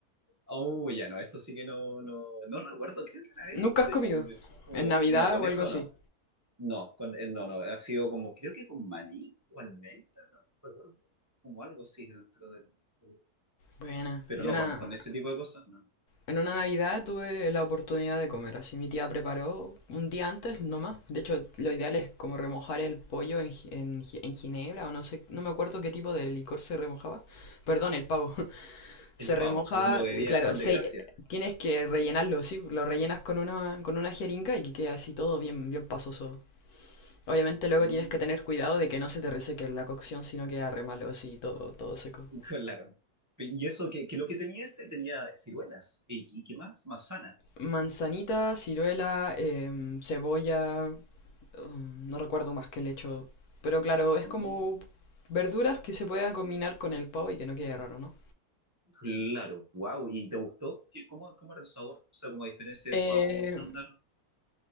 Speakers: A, on the right; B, on the left.
A: oh, ya no, eso sí que no, no, no recuerdo, creo que una vez,
B: ¿Nunca has
A: de,
B: comido?
A: de hecho, no, como,
B: ¿En Navidad
A: no, con
B: o
A: eso
B: algo así?
A: no, no, con el no, no, ha sido como, creo que con maní o almendra, no recuerdo, como algo así dentro del, del-
B: Buena.
A: pero
B: Yo
A: no,
B: una...
A: con, con ese tipo de cosas, no.
B: en una Navidad tuve la oportunidad de comer, así mi tía preparó un día antes nomás. De hecho, lo ideal es como remojar el pollo en, gi- en gi- en ginebra o no sé, no me acuerdo qué tipo de licor se remojaba. Perdón, el pavo. <laughs>
A: El
B: Se remoja,
A: pavo, como de Día
B: claro,
A: de Acción
B: se...
A: de Gracias.
B: tienes que rellenarlo, sí, lo rellenas con una, con una jeringa y que quede así todo bien, bien pasoso. Obviamente luego
A: Mm,
B: tienes que tener cuidado de que no se te reseque la cocción, sino queda re malo así, todo, todo seco.
A: claro. Y eso, que, que lo que tenía ese tenía ciruelas. ¿Y, y qué más? Manzana.
B: Manzanita, ciruela, em, cebolla, um, no recuerdo más que le echo. Pero claro, es
A: Mm,
B: como verduras que se puedan combinar con el pavo y que no quede raro, ¿no?
A: claro. Wow. ¿Y te gustó? ¿Qué- cómo, cómo era el sabor? O sea, como a diferencia
B: Eh,
A: del pavo estándar.